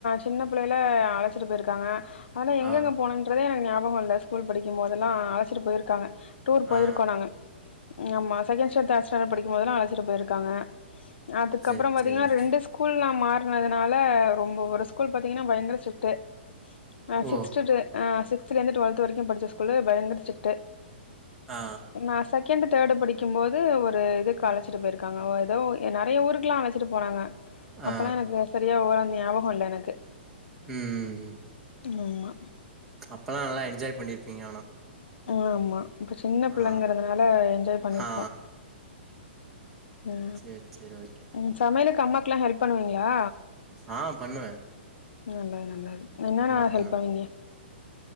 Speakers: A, on the left (about 65°); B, in the centre.
A: சின்ன புள்ளைல அ அழச்சிட்டு போய்ருக்காங்க ஆனா எங்கெங்க
B: ஆ
A: போனன் றது ஞாபக இல்ல ஸ்கூல் படிக்கும்போதல்லாம் அழசிட்டு போய்ருக்காங்க டூர் போய்ருக்கோ
B: ஆ
A: நாங்க நம்ப சகேன்சாண்டட் தேட்சாண்டட் படிக்கும்போதல்லாம் அழச்சிட்டு போயிருக்காங்க அதுக்கப்பறம்
B: சேர்
A: பாத்தீங்கன்னா
B: சேர் ஓகே
A: ரெண்டு ஸ்கூல் நான் மாற் அதனால ரொம்ப ஒரு ஸ்கூல் பாத்தீங்கன்னா பயங்கர சிட்டு ஆ சிக்ஸ்த்து
B: ஓ
A: டு அ சிக்ஸ்த்தல இருந்து டுவல்த் வரைக்கும் படிச்ச ஸ்கூல்ல பயங்கர சிட்டு
B: ஆ
A: நா செகண்டு் தேர்டு படிக்கும்போது ஒரு இதுக்கு அழச்சிட்டு போய்ருக்காங்க ஏதோ நறையா ஊருக்கலாம் அழச்சிட்டு போனாங்க
B: ஆ
A: அப்பலாம் எனக்கு சரியா ஒ ஞாபகோ இல்ல எனக்கு
B: ம் ம் ம்
A: ஆமா
B: அப்பல்லா நல்லா என்ஜாய் பண்ணிருப்பீங்க ஆனா
A: ஆமா இப்ப சின்ன புள்ளங்கரதுனால
B: ஆ
A: என்ஜாய் பண்ணிருப்போம்
B: ஆ
A: ம்
B: சேர் சேர் ஓகே
A: ம் சமையலுக்கு அம்மாக்குலாம் ஹெல்ப் பண்ணுவீங்களா
B: ஆ பண்ணுவே
A: நல்லது நல்லது என்னென்ன
B: நல்லா பண்ணு
A: ஹெல்ப் பண்ணுவீங்க